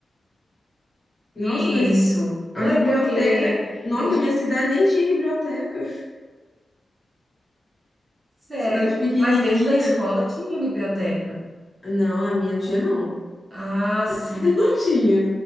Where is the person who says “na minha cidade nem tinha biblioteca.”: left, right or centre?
Left